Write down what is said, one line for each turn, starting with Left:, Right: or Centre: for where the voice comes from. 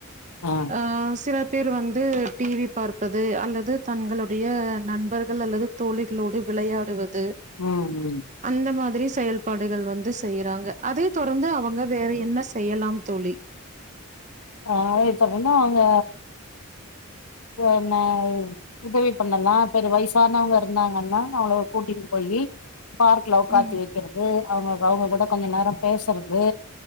Left: ம்
Right: அ சில பேர் வந்து டிவி பார்ப்பது அல்லது தங்களுடைய நண்பர்கள் அல்லது தோழிகளோடு விளையாடுவது
Left: ம் ம்
Right: அந்த மாதிரி செயல்பாடுகள் வந்து செய்யறாங்க அதே தொடர்ந்து அவங்க வேற என்ன செய்யலாம் தோழி
Left: ஆ இதலென்ன அவங்க என்னா உதவி பண்ணலா பெரு வயசானவங்க இருந்தாங்கன்னா அவுங்ள கூட்டின் போயி பார்க்ல ஒக்காத்தி
Right: ம்
Left: வைக்கிறது அவுங்க அவுங்க கூட கொஞ்ச நேர பேசுறது